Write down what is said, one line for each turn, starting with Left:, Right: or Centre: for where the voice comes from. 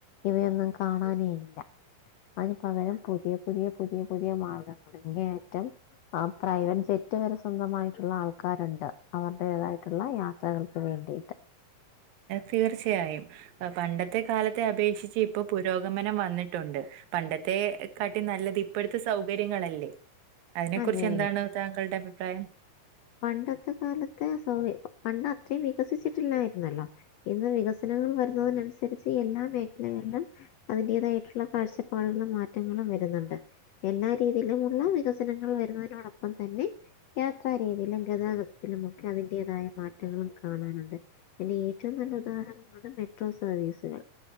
Left: ഇവയൊന്നും കാണാനേ ഇല്ല അതിന് പകരം പുതിയ പുതിയ പുതിയ പുതിയ മാർഗങ്ങള് ഇങ്ങേയറ്റം ആഹ് പ്രൈവൻ ജെറ്റ് വരെ സ്വന്തമായിട്ടുള്ള ആൾക്കാരുണ്ട് അവരുടേതായിട്ടുള്ള യാ ത്രകൾക്ക് വേണ്ടിയിട്ട്
Right: തീർച്ചയായും പണ്ടത്തെ കാലത്തെ അപേക്ഷിച്ച് ഇപ്പൊ പുരോഗമനം വന്നിട്ടുണ്ട് പണ്ടത്തെ കാട്ടി നല്ലത് ഇപ്പോഴത്തെ സൗകര്യങ്ങളല്ലേ അതിനെ
Left: അതെ
Right: കുറിച്ച് എന്താണ്
Left: അതെ
Right: താങ്കളുടെ അഭിപ്രായം
Left: പണ്ടത്തെ കാലത്തെ സൗക പണ്ട് അത്രയും വികസിച്ചിട്ടില്ലായിരുന്നല്ലോ ഇന്ന് വികസനങ്ങൾ വരുന്ന തിനനുസരിച്ച് എല്ലാ മേഖലകളിലും അതിന്റേതായിട്ടുള്ള കാഴ്ചപ്പാടുകളും മാറ്റങ്ങളും വരുന്നുണ്ട് എല്ലാ രീതിയിലുമുള്ള വികസനങ്ങൾ വരുന്നതിനോടൊപ്പം തന്നെ യാത്ര രീതിയിലും ഗതാഗതത്തിലുമൊക്കെ അതിൻ്റേതായ മാറ്റങ്ങളും കാണാനുണ്ട് എന്റെ ഏറ്റവും നല്ല ഉദാഹരണമാണ് മെട്രോ സർവീസുകൾ